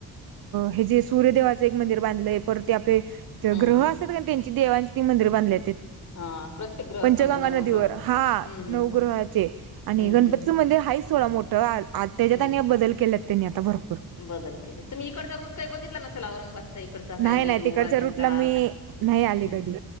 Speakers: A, on the right; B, on the left.
A: हे जे सूर्य देवाचं एक मंदिर बांधलंय परती
B: हम्म
A: ग्रह
B: हम्म
A: असतात कारण त्यांची देवांचे ती मंदिर बांधले.
B: हा प्रत्येक ग्रह
A: पंचगंगा
B: समजा नवग्रह
A: नदीवर
B: हम्म
A: हा
B: हम्म
A: नवगृहाचे
B: हम्म
A: आणि
B: हम्म
A: गणपतीचं
B: हम्म हम्म
A: मंदिर आहेच तिथं थोडा मोठं त्याच्यात
B: हम्म
A: त्यांनी बदल केलात त्यांनी आता भरपूर,
B: बदल केले तुम्ही इकडचा रूट काही बघितला नसेल, औरंगाबाद इकड काही
A: नाही नाही
B: वेरूळ
A: तिकडच्या
B: अजिंठा
A: रूटला मी नाही आले
B: ह्
A: कधी